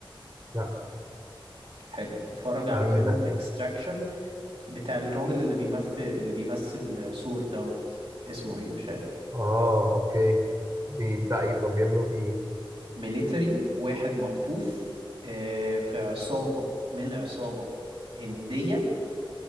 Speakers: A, on the right; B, on the right.
A: لا
B: حلو اتفرج على
A: بتاع مين
B: فيلم
A: ده
B: ذا اكستراكشن بتاع الراجل اللي بيمثل اللي بيمثل سور دوت اسمه ايه مش عارف
A: اه اوكي بي بتاع ايه طب بيعملوا فيه ايه
B: ميليتري واحد مخطوف آه، في عصابة من عصابة هندية